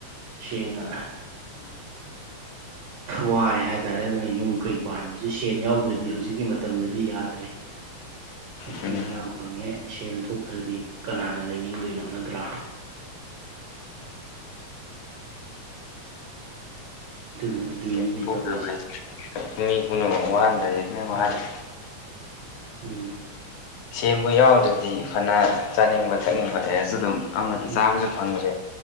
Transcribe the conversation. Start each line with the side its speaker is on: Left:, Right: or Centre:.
Right: ꯁꯦꯡꯅ
Left: ꯎꯝ
Right: ꯋꯥꯔꯦ ꯍꯥꯏꯇꯥꯔꯦ ꯑꯗꯨꯅ ꯌꯨꯝ ꯀꯩ ꯄꯥꯟꯕꯁ ꯁꯦꯟ ꯌꯥꯎꯗ꯭ꯔꯗꯤ ꯍꯧꯖꯤꯛꯀꯤ ꯃꯇꯝꯗꯗꯤ ꯌꯥꯗ꯭ꯔꯦ ꯅꯨꯄꯤ
Left: ꯎꯝ ꯎꯝ
Right: ꯑꯉꯥꯡ ꯐꯪꯉꯦ ꯁꯦꯟ ꯊꯣꯛꯇ꯭ꯔꯗꯤ ꯀꯅꯥꯅ ꯂꯩꯅꯤꯡꯗꯣꯏꯅꯣ ꯅꯠꯇ꯭ꯔꯥ ꯑꯗꯨꯅ
Left: ꯁꯦꯟ
Right: ꯂꯨꯏꯅꯦ
Left: ꯊꯣꯛꯇꯕ
Right: ꯇꯧꯔꯤꯁꯦ
Left: ꯍꯥꯏꯁꯦ ꯃꯤ ꯄꯨꯝꯅꯃꯛ ꯋꯍꯥꯟ <unintelligible> ꯋꯍꯥꯟꯂꯤ
Right: ꯎꯝ
Left: ꯁꯦꯟꯕꯨ ꯌꯥꯎꯗ꯭ꯔꯗꯤ ꯐꯅ ꯆꯥꯅꯤꯡꯕ ꯊꯛꯅꯤꯡꯕ ꯂꯩꯔꯁꯨ ꯑꯗꯨꯝ ꯑꯃꯠꯇ
Right: ꯎꯝ
Left: ꯆꯥꯕꯁꯨ ꯐꯪꯗ꯭ꯔꯦ